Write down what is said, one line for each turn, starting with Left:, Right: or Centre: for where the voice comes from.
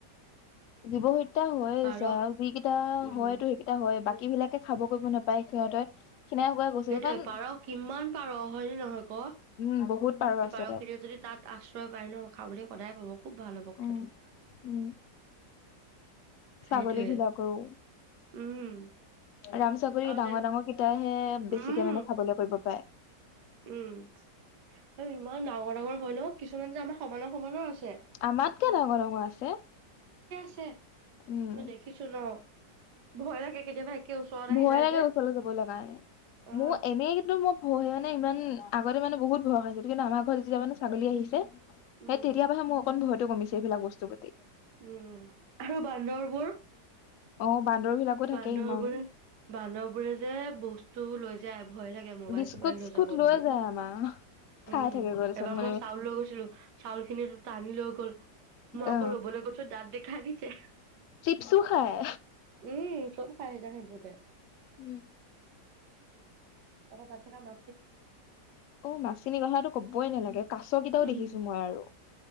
Left: জীৱ হতা হৈ
Right: পাৰ
Left: আছে আৰু যিকেইটা
Right: উম
Left: হয়তো সেইকেইটা হয় বাকী এইবিলাকে খাব কৰিব নাপায় সিহঁতে খিনাই শুকাই গৈছেগৈ
Right: সেইটোয়ে
Left: কাৰণ
Right: পাৰ' কিমান পাৰ' হয়নে নহয়, কো?
Left: উম বহুত পাৰ
Right: সেই
Left: আছে
Right: পাৰ'খিনিয়
Left: তাত
Right: যদি তাত আশ্ৰয় পায় ন খাবলৈ সদায় পাব। খুব ভাল হ'ব কথাটো।
Left: উম উম
Right: সেইটোয়ে
Left: ছাগলী ভিলা কৰো।
Right: উম
Left: ৰামচাকৰি
Right: আৰু
Left: ডাঙৰ-ডাঙৰ
Right: যে
Left: কেইটাইহে
Right: উম
Left: বেছিকে মানে খাবলৈ কৰিব পায়।
Right: উম, আৰু ইমান ডাঙৰ ডাঙৰ হয় ন? কিছুমানা যে আমাৰ সমানৰ, সমানৰ আছে
Left: আমাতকে ডাঙৰ-ডঙৰ আছে।
Right: ছে
Left: উম
Right: মই দেখিছো ন, ভয় লাগে, কেতিয়াবা একে ওচৰত আহি
Left: ভয়ে
Right: যায়
Left: লাগে
Right: যে
Left: ওচৰলৈ যাবলৈ কাৰণে,
Right: অ
Left: মোৰ এনেই কিন্তু মই ভয়ে মানে ইমান আগতে মানে বহুত ভয় খাইছিল, কিন্তু আমাৰ ঘৰত যেতিয়া মানে ছাগলী আহিছে। সেই
Right: উম
Left: তেতিয়াৰ পৰাহে মোৰ অকণ ভ কমিছে এইবিলাক বস্তুৰ প্ৰতি।
Right: উম, আৰু বান্দৰবোৰ?
Left: অ বান্দৰ বিলাকো থাকে
Right: বান্দৰবোৰে,
Left: ইমান
Right: বান্দৰ বোৰে যে বস্তু লৈ যা ভয় লাগে মোবাইল-চোবাইল
Left: বিস্কুট চিস্কুট
Right: লৈ যাব বুলি।
Left: যায় আমাৰ খাই
Right: উম,
Left: থাকে গৈ
Right: এবাৰ
Left: তাৰপিছত মানে
Right: মই চাউল লৈ গৈছিলো, চাউল খিনি টানি লৈ গ'ল, মই আকৌ
Left: অ
Right: ল'বলৈ ওঠ-চত দাঁত দেখাই দিছে।
Left: চিপছো খায়
Right: উম, চব ফাইদা হয় <unintelligible>
Left: উম।
Right: এবা তাত থকা মা
Left: ও, মাচিনী কথাটো ক'বই নালাগে। কাচ টো কেইটাও
Right: উম
Left: দেখিছো মই আৰু।